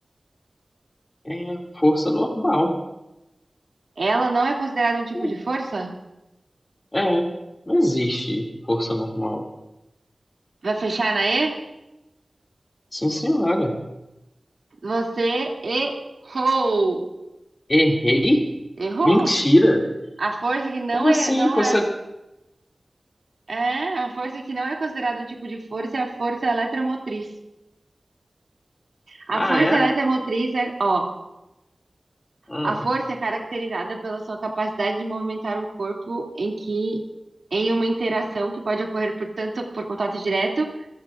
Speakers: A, on the left (about 35°); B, on the right (about 75°).
A: É força normal.
B: Ela não é considerada um tipo
A: Hum,
B: de força?
A: É, não existe força normal.
B: Vai fechar na E?
A: Sim, senhora.
B: Você errou.
A: Errei?
B: Errou.
A: Mentira.
B: A força que não
A: Como
B: é,
A: assim?
B: não
A: Força.
B: é. É, a força que não é considerada um tipo de força é a força eletromotriz. A
A: Ah,
B: força
A: é?
B: eletromotriz é, ó,
A: Ah.
B: a força é caracterizada pela sua capacidade de movimentar um corpo em que em uma interação que pode ocorrer por tanto por contato direto,